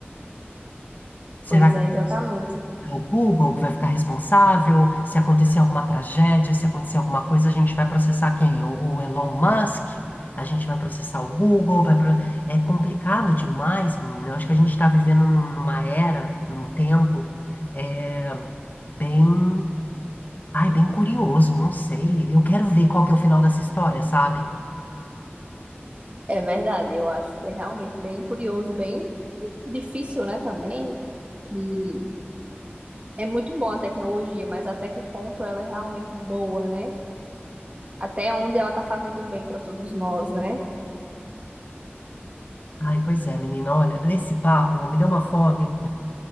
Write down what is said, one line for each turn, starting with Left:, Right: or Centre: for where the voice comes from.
Left: Será
Right: Pois é, exatamente.
Left: É o Google que vai ficar responsável. Se acontecer alguma tragédia, se acontecer alguma coisa, a gente vai processar quem? O, o Elon Musk? A gente vai processar o Google? Vai pro... É complicado demais, menina. Eu acho que a gente está vivendo num- numa era, num tempo, é, bem. Ai, bem curioso, não sei. Eu quero ver qual que é o final dessa história, sabe?
Right: É verdade. Eu acho que é realmente bem curioso, bem difícil, né? Também de é muito boa a tecnologia, mas até que ponto ela é realmente boa, né? Até onde ela tá fazendo bem para todos nós, né?
Left: Ai, pois é, menina. Olha, esse papo me deu uma fome.